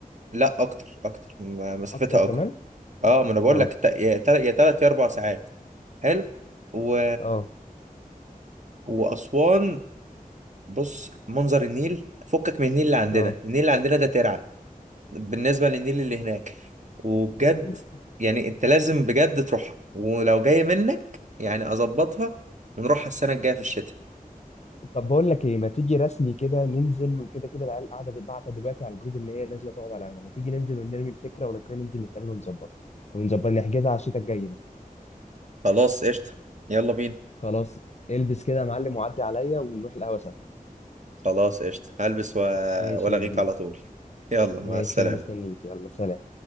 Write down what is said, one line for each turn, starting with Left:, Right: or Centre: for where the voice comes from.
Right: لا أكتر أكتر م- مسافتها
Left: اكتر كمان
Right: أكبر أه ما أنا بقول
Left: اه
Right: لك ت- يا تل- يا تلات يا أربع ساعات حلو و...
Left: اه
Right: وأسوان بص منظر النيل فكك من النيل اللي عندنا
Left: اه
Right: النيل اللي عندنا ده ترعة بالنسبة للنيل اللي هناك وبجد
Left: <laughs>
Right: يعني أنت لازم بجد تروحها ولو جاي منك يعني أظبطها ونروحها السنة الجاية في الشتاء
Left: طب بقول لك ايه ما تيجي رسمي كده ننزل وكده كده العيال قاعده بتبعت دلوقتي على الجروب ان هي نازله تقعد على القهوه ما تيجي ننزل ونرمي الفكره ولو كده ننزل نتقابل ونظبطها ونظبط نحجزها على الشتاء الجاي بس
Right: خلاص قشطة يلا بينا
Left: خلاص البس كده يا معلم وعدي عليا ونروح القهوه سوا
Right: خلاص قشطة هلبس و-
Left: ماشي
Right: وألاقيك
Left: يا كبير
Right: على طول يلا مع
Left: ماشي
Right: السلامة
Left: انا مستنيك يلا سلام